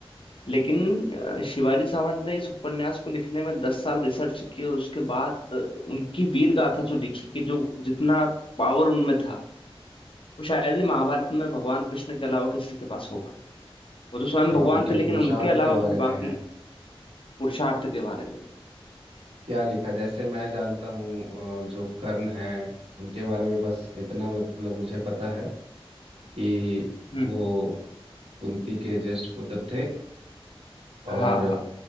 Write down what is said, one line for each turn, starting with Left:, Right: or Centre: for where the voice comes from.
Left: लेकिन अ, शिवाजी सावंत ने इस उपन्यास को लिखने में दस साल रिसर्च की और उसके बाद अ, उनकी वीर गाथा जो लिखी कि जो जितना पावर उनमें था वो शायद ही महाभारत में भगवान कृष्ण के अलावा किसी के पास होगा वो तो स्वयं
Right: क्या
Left: भगवान
Right: उनके
Left: थे लेकिन
Right: पुरुषार्थ
Left: उनके अलावा
Right: के बारे
Left: फिर
Right: में
Left: बाकी
Right: है
Left: पुरुषार्थ के बारे में
Right: क्या लिखा जैसे मैं जानता हूँ अ, जो कर्ण है उनके बारे में बस इतना मतलब मुझे पता है कि
Left: हम्म
Right: वो कुंती के ज्येष्ठ पुत्र थे और
Left: हाँ हाँ